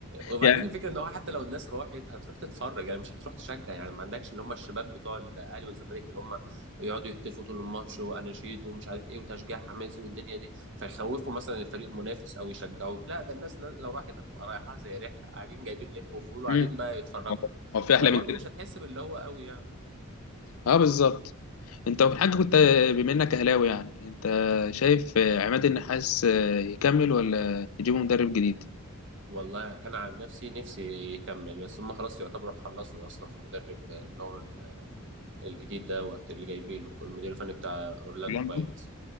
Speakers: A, on the right; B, on the left.
A: وبعدين
B: يعني
A: الفكره ان هو حتى لو الناس راحت هتروح تتفرج يعني مش هتروح تشجع يعني ما عندكش اللي هم الشباب بتوع الاهلي والزمالك اللي هم يقعدوا يهتفوا طول الماتش واناشيد ومش عارف ايه وتشجيع حماسي والدنيا دي فيخوفوا مثلا الفريق المنافس او يشجعوك لا ده الناس نا- لو راحت هتبقى رايحه زي رحله قاعدين جايبين لب وفول وقاعدين
B: مم.
A: بقى يتفرجوا
B: هو هو في احلى
A: فبرضه
B: من كده
A: مش هتحس باللي هو قوي يعني
B: اه بالظبط انت في حاجه كنت بما انك اهلاوي يعني انت شايف آه، عماد النحاس آه، يكمل ولا يجيبوا مدرب جديد
A: والله انا عن نفسي نفسي يكمل بس هم خلاص يعتبروا خلصوا اصلا في مدرب اللي هو الجديد دوت اللي جايبينه المدير الفني بتاع اورلاندو
B: برضه؟
A: بايرتس